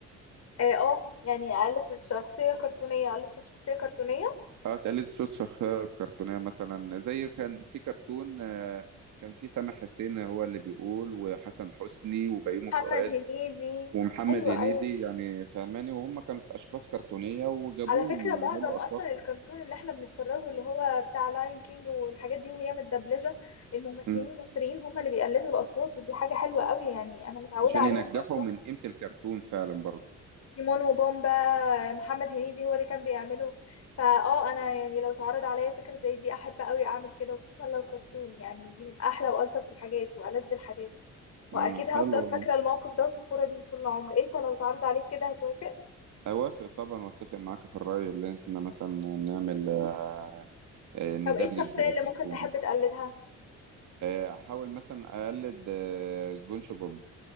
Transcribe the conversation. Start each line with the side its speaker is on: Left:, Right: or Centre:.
Left: اه آه، يعني قالت الشخصية كرتونية قالت صوت شخصية كرتونية
Right: اه تقلد صوت شخصية كرتونية مثلا زي كان في كرتون آه، كان في سامح حسين هو اللي بيقول وحسن حسني وبيومي
Left: محمد
Right: فؤاد
Left: هنيدي
Right: ومحمد
Left: ايوه
Right: هنيدي
Left: ايوه
Right: يعني فهماني وهم كانت أشخاص كرتونية وجابوهم
Left: على فكره
Right: يعملوا
Left: معظم اصلا
Right: أصواتهم
Left: الكرتون اللي احنا بنتفرجه اللي هو بتاع لاين كينج والحاجات دي وهي متدبلجه الممثلين
Right: مم.
Left: المصريين هم اللي بيقلدوا الاصوات ودي حاجه حلوه قوي يعني انا متعوده
Right: عشان
Left: عليهم
Right: ينجحوا
Left: باصوات
Right: من قيمة الكرتون فعلا برضه
Left: تيمون وبومبا محمد هنيدي هو اللي كان بيعمله فاه انا يعني لو اتعرض عليا فكره زي دي احب قوي اعمل كده وخصوصا لو كرتون يعني دي من احلى والطف الحاجات والذ الحاجات واكيد
Right: امم
Left: هفضل
Right: حلو والله
Left: فاكره الموقف ده وفخوره بيه طول العمر انت لو اتعرض عليك كده هتوافق
Right: اوافق طبعا واتفق معاك في الرأي اللي احنا مثلا نعمل آه، آه، ندبلج
Left: طب ايه الشخصية
Right: كرتون
Left: اللي ممكن تحب تقلدها؟
Right: آه، احاول مثلا اقلد آه، سبونج بوب